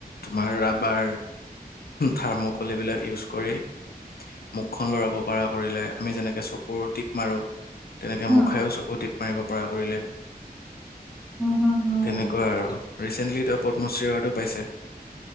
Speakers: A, on the left; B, in the centre.
A: তোমাৰ ৰাবাৰ, থাৰ্মকল এইবিলাক ইউজ কৰি মুখখন লৰাব পৰা কৰিলে আমি যেনেকে চকুৰ টিপ মাৰো তেনেকে
B: হুম,
A: মুখায়ো চকু টিপ মাৰিব পৰা কৰিলে।
B: হুম, হুম, হুম,
A: তেনেকুৱা আৰু ৰিচেণ্টলি তেওঁ পদ্মশ্ৰী এৱাৰ্ডো পাইছে।